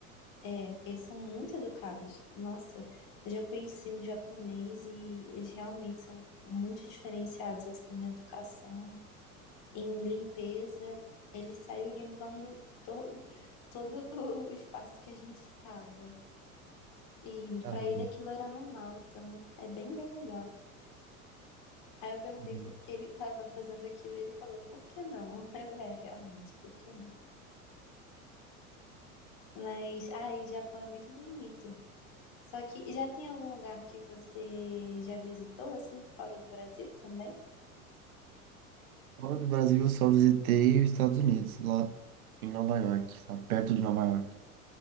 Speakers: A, on the left; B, on the right.
A: é, eles são muito educados. Nossa, eu já conheci um japonês e eles realmente são muito diferenciados, assim, em educação, em limpeza. Ele saiu limpando todo, todo <laughs> o espaço que a gente estava. E
B: Caramba.
A: para ele aquilo era normal, então é bem, bem legal. Aí eu perguntei
B: caramba.
A: por que ele estava fazendo aquilo, e ele falou, por que não? <laughs> Eu, é, realmente, por que não? Mas, ai, Japão é muito bonito. Só que já tem algum lugar que você já visitou, assim, fora do Brasil também?
B: Fora do Brasil, eu só visitei os Estados Unidos, lá em Nova York, sabe? Perto de Nova York.